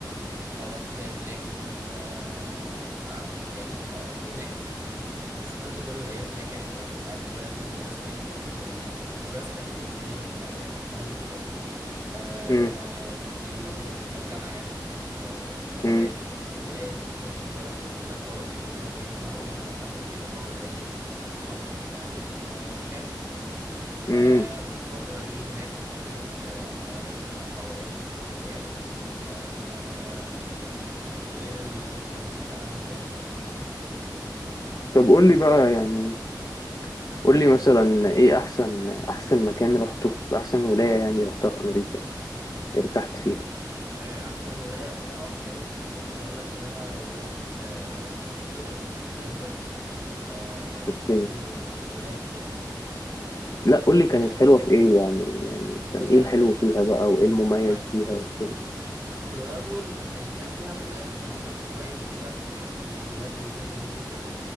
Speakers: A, on the right; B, on the left.
A: فرحت هناك آه، قعدت يعني رحت هناك وسافرت جوه الولايات هناك يعني انا كنت قاعد في ولايه اسمها نبراسكا لينكلين آه، نبراسكا والمدينه اللي كنت قاعد فيها كان اسمها لينكلين آه،
B: امم
A: دي المدينة اللي فيها الجامعة يعني آه، سافرت
B: امم
A: في, ال... في الولاية دي سافرت رحت في نبراسكا ورحت مدينة تانية اسمها أوماها جنبها دي تعتبر زي ال- العاصمة بتاعت المكان آه،
B: امم
A: في الفترة دي هناك سافرت آه، حوالي أربع ولايات أو خمس ولايات آه، غير الترانزيت لو احنا حساب الترانزيت يعني
B: طب قول لي بقى يعني قول لي مثلا ايه احسن احسن مكان رحته في احسن ولاية يعني رحتها في امريكا يعني ارتحت فيها
A: آه، أحسن ولاية رحتها كانت ممكن أقول لك إنها ولاية آه، كولورادو دنفر آه،
B: اوكي
A: وبرضو ولاية فيلادلفيا
B: لا قول لي كانت حلوة في ايه يعني يعني
A: آه،
B: كان
A: كانت
B: ايه الحلو
A: ال...
B: فيها بقى
A: حلو
B: وايه المميز
A: طيب
B: فيها وكده
A: كولورادو ال- الحلو فيها ال- المناظر الطبيعية اللي فيها تحفة والجبال اللي فيها جميلة جدا